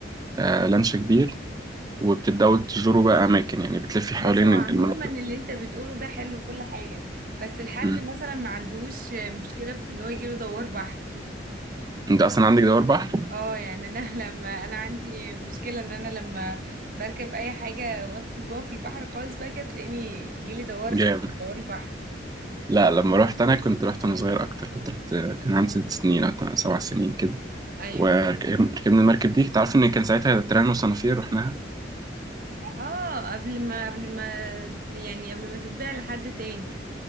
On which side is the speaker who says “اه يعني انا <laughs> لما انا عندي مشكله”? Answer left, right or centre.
Right